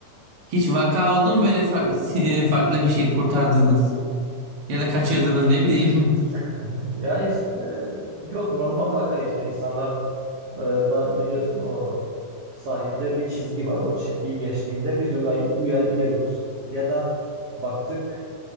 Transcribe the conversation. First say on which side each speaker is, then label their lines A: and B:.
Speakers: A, on the right (about 50°); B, on the right (about 70°).
A: Hiç vaka oldu mu böyle farklı, <laughs> farklı bir şey kurtardığınız ya da kaçırdığınız ne bileyim.
B: <laughs> Ya işte yok normal vaka işte insanlar Ee, ba- biliyorsun o sahilde bir çizgi var. O çizgiyi geçtiğinde biz uray- uyarıyoruz. Ya da baktık